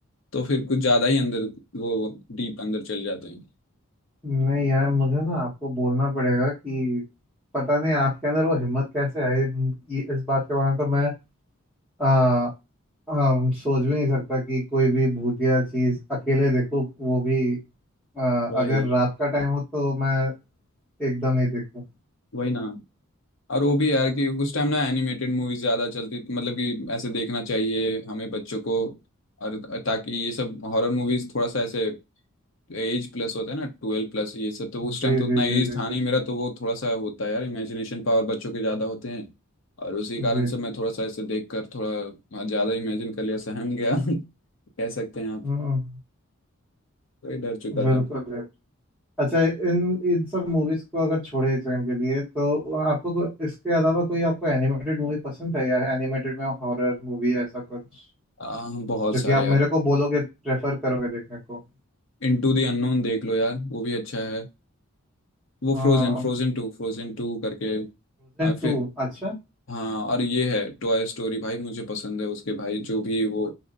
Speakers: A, on the left; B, in the centre.
A: तो फिर कुछ ज्यादा ही अंदर वो डीप अंदर चल जाते हैं
B: नहीं यार मुझे ना आपको बोलना पड़ेगा कि पता नहीं आपके अंदर वो हिम्मत कैसे आई हम्म, ये इस बात के बारे में तो मैं आ, आ, सोच भी नहीं सकता कि कोई भी भूतिया चीज अकेले देखूं वो भी आ,
A: वही
B: अगर रात का टाइम हो तो मैं एकदम नहीं देखूं
A: वही ना और वो भी यार कि उस टाइम
B: हाँ।
A: ना एनिमेटेड मूवीज ज्यादा चलती थी मतलब कि ऐसे देखना चाहिए हमें बच्चों को और ताकि ये सब हॉरर मूवीज थोड़ा सा ऐसे एज प्लस होता है ना ट्वेल्व प्लस ये सब तो उस टाइम
B: जी
A: तो उतना
B: जी
A: एज
B: जी जी
A: था
B: जी
A: नहीं मेरा तो वो थोड़ा सा होता है यार इमेजिनेशन पावर बच्चों के ज्यादा होते हैं और उसी कारण
B: जी
A: से मैं थोड़ा सा ऐसे देख कर थोड़ा ज्यादा इमेजिन कर लिया सहम गया <laughs> कह सकते हैं आप
B: हम्म
A: तो ये डर चुका
B: बिल्कुल
A: था
B: बिल्कुल। अच्छा इन इन सब मूवीज को अगर छोड़े एक सेकंड के लिए तो आपको को, इसके अलावा कोई आपको एनिमेटेड मूवी पसंद है या एनिमेटेड में हॉरर मूवी ऐसा कुछ
A: आ, बहुत
B: जो
A: सारे
B: कि आप
A: यार
B: मेरे को बोलोगे प्रेफर करोगे देखने को
A: इन टू दी अननोन देख लो यार वो भी अच्छा है वो
B: Frozen
A: Frozen Frozen two Frozen two करके आ, फिर
B: two अच्छा
A: हाँ और ये है टॉय स्टोरी भाई मुझे पसंद है उसके भाई जो भी वो